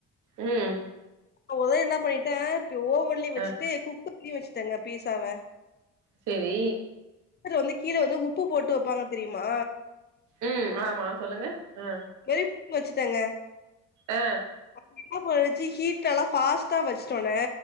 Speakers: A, on the right (about 80°); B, on the left (about 35°).
A: ம்
B: ஒரு தடவ என்னா பண்ணிட்டே இப்ப ஓவன்லயு வச்சுட்டு
A: அ
B: குக்கர்லயு வச்சுட்டேங்க பீசாவ
A: சேரி
B: குக்கர்ல வந்து கீழ வந்து உப்பு போட்டு வப்பாங்க தெரிமா
A: ம் ஆமா சொல்லுங்க ஆ
B: நெருப்பு வச்சுடங்க
A: ஆ
B: அப்டினா போய்டுச்சு ஹீட்டல்லா ஃபாஸ்டா வச்சுட்டோனே